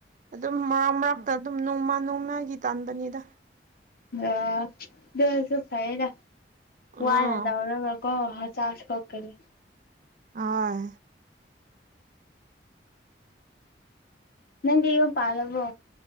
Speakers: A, on the right (about 45°); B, on the left (about 55°).
A: ꯑꯗꯨꯝ ꯃꯔꯛ ꯃꯔꯛꯇ ꯑꯗꯨꯝ ꯅꯣꯡꯃ ꯅꯣꯡꯃꯒꯤ ꯇꯥꯟꯕꯅꯤꯗ꯫
B: ꯑ ꯑꯗꯨ ꯑꯣꯏꯁꯨ ꯐꯩꯌꯦꯗ꯫
A: ꯑꯥ
B: ꯋꯥꯅ ꯇꯧꯔꯒ ꯀꯣ ꯍꯛꯆꯥꯡ ꯁꯣꯛꯀꯅꯤ꯫
A: ꯑꯍꯣꯏ꯫
B: ꯅꯪꯗꯤ ꯌꯨꯝ ꯄꯥꯜꯂꯕꯣ꯫